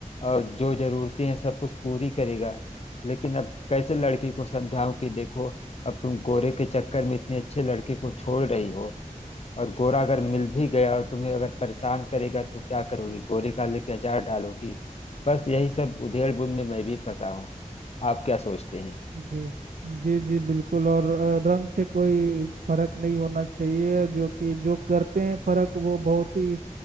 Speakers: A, on the left; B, on the right.
A: और जो जरूरतें हैं सब कुछ पूरी करेगा लेकिन अब कैसे लड़की को समझाऊं कि देखो अब तुम गोरे के चक्कर में इतनी अच्छी लड़की को छोड़ रही हो और गोरा अगर मिल भी गया और तुम्हें अगर परेशान करेगा तो क्या करोगी गोरे का लेके अचार डालोगी बस यही सब उधेड़बुन में मैं भी फंसा हूँ आप क्या सोचते हैं
B: जी जी जी बिल्कुल और अ, रंग से कोई फर्क नहीं होना चाहिए जो कि जो करते हैं फर्क वो बहुत ही